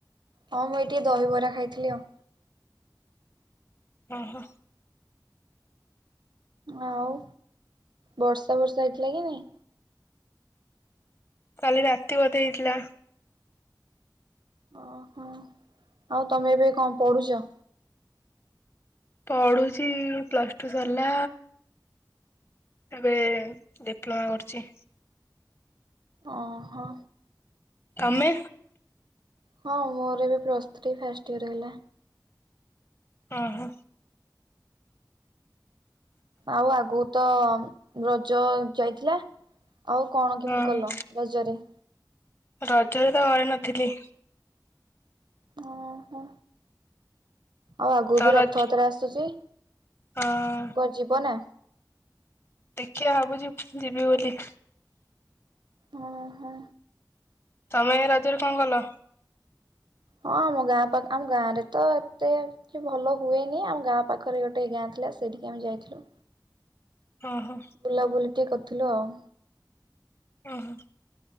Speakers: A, on the right; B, on the left.
A: ହଁ ମୁଁ ଏ ଟିକେ ଦହିବରା ଖାଇଥିଲି ଆଉ
B: ଓ ହୋ
A: ଆଉ ବର୍ଷା ବର୍ଷା ହେଇଥିଲା କି ନାଇଁ
B: କାଲି ରାତି ବୋଧେ ହେଇଥିଲା
A: ଓହୋ ଆଉ ତମେ ଏବେ କଣ ପଢୁଛ
B: ପଢୁଚ ପ୍ଲସ ଟୁ ସରିଲା ଏବେ ଡିପ୍ଲୋମା କରୁଛି
A: ଓ ହୋ
B: ତମେ?
A: ହଁ ମୋର ଏବେ ପ୍ଲସ୍ ଥ୍ରୀ ଫାଷ୍ଟ୍ ଇୟର ହେଲା
B: ହ ହୋ
A: ଆଉ ଆଗକୁ ତ ରଜ ଯାଇଥିଲା ଆଉ କଣ କେମିତି
B: ହଁ
A: କଲ ରଜରେ
B: ରଜରେ ତ ଘରେ ନଥିଲି
A: ହଁ ହୋ ଆଉ ଆଗକୁ
B: ତ
A: ବି ରଥଯାତ୍ରା
B: ରଜ
A: ଆସୁଛି।
B: ହଁ
A: କୁଆଡ଼େ ଯିବ ନା
B: ଦେଖିବା ଭାବୁଛି ଯିବି ବୋଲି।
A: ହୁଁ ହୁଁ।
B: ତମେ ରଜରେ କଣ କଲ।
A: ହଁ ଆମ ଗାଁ ପାଖ ଆମ ଗାଁ ରେ ତ ଏତେ କିଛି ଭଲ ହୁଏନି ଆମ ଗାଁ ପାଖରେ ଗୋଟେଇ ଗାଁ। ସେଠିକି ଆମେ ଯାଇଥିଲୁ
B: ଓହୋ
A: ବୁଲାବୁଲି ଟିକେ କରିଥିଲୁ ଆଉ।
B: ଓହୋ